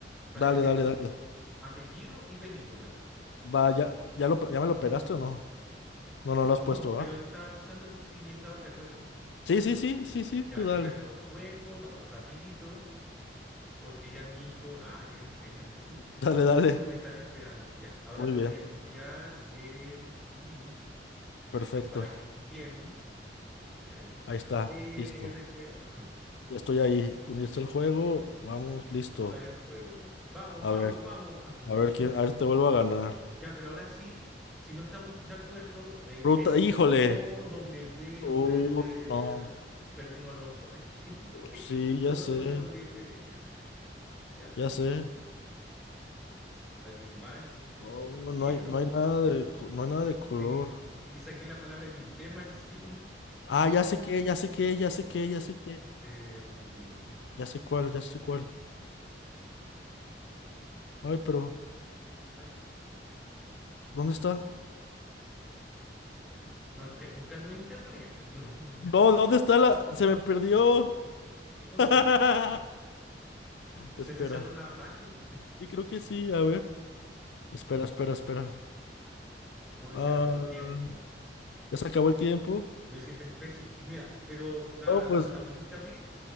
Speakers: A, in the centre; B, on the left.
A: para
B: Dale,
A: que sepas.
B: dale, dale.
A: Apellido y película.
B: Vaya, ¿ya ya lo, pe- ya me lo pegaste o no? No, no
A: Lo-
B: lo has puesto,
A: no,
B: ¿va?
A: pero te estaba avisando por si estabas de acuerdo.
B: Sí, sí, sí, sí, sí,
A: Ya,
B: tú dale.
A: crear nuevo juego, vamos rapidito, porque ya mi hijo... Ah, te imaginas. <laughs>
B: <laughs> Dale,
A: Mis
B: dale.
A: hijos me están esperando. Ya, ahora
B: Muy
A: te
B: bien,
A: voy a enviar el link
B: perfecto.
A: para que juguemos. Ya, ahí está.
B: Ahí está,
A: Eh,
B: listo.
A: recreo. <laughs>
B: Ya estoy ahí. Unirse al juego. Vamos, listo.
A: Jugar el juego. Vamos,
B: A
A: vamos,
B: ver,
A: vamos. <laughs>
B: a ver quién, a ver si te vuelvo a ganar.
A: Ya, pero ahora sí, si no estamos de acuerdo, eh,
B: Ruta,
A: X
B: híjole.
A: o W, no
B: Uh,
A: puede ser.
B: no.
A: Perdimos los dos aquí. <laughs>
B: Sí,
A: Color
B: ya sé,
A: con W. Ya,
B: ya sé.
A: animal,
B: No,
A: objeto,
B: no hay, no hay nada de, co- no hay nada de color.
A: en inglés. Y saqué la palabra en inglés más encima.
B: Ah, ya sé qué, ya sé qué, ya sé qué, ya sé qué.
A: Em,
B: Ya sé cuál, ya sé cuál. Ay, pero,
A: ay,
B: ¿dónde está?
A: no estés buscando en internet. <laughs>
B: No, ¿dónde está la? Se me perdió.
A: ¿Qué cosa?
B: <laughs>
A: ¿Se
B: Espera.
A: te cerró la página? <laughs>
B: Sí, creo que sí. A ver. Espera, espera, espera.
A: No,
B: Ah.
A: y se acabó el tiempo.
B: Ya se acabó el tiempo.
A: Lo hiciste especio. Mira, pero la,
B: No, pues,
A: la volviste a abrir.